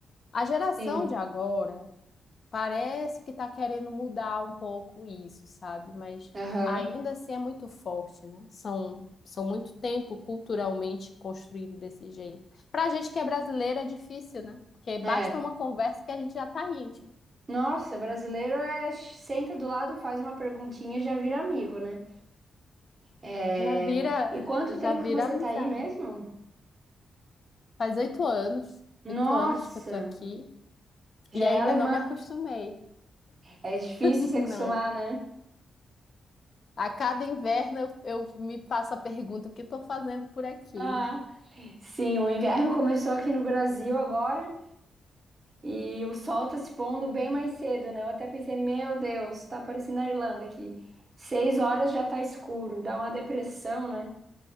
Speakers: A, on the left; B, on the right.
A: A geração
B: Sim.
A: de agora Parece que está querendo mudar um pouco isso, sabe? Mas
B: Aham.
A: ainda assim é muito forte, né? São, são muito tempo culturalmente construído desse jeito. Para a gente que é brasileira é difícil, né? Porque basta
B: É.
A: uma conversa que a gente já está íntimo.
B: Nossa, brasileiro é senta do lado, faz uma perguntinha e já vira amigo, né? É...
A: Já vira,
B: E quanto
A: já
B: tempo
A: vira
B: que você
A: amizade.
B: tá aí mesmo?
A: Faz oito anos, oito
B: Nossa,
A: anos que eu tô aqui
B: já
A: e ainda
B: é alemã.
A: não me acostumei.
B: É difícil
A: <laughs>
B: se acostumar,
A: Não.
B: né?
A: A cada inverno eu, eu me faço a pergunta: o que estou fazendo por aqui?
B: Ah, sim, o inverno começou aqui no Brasil agora e o sol tá se pondo bem mais cedo, né? Eu até pensei, meu Deus, tá parecendo a Irlanda aqui. Seis horas já tá escuro, dá uma depressão, né?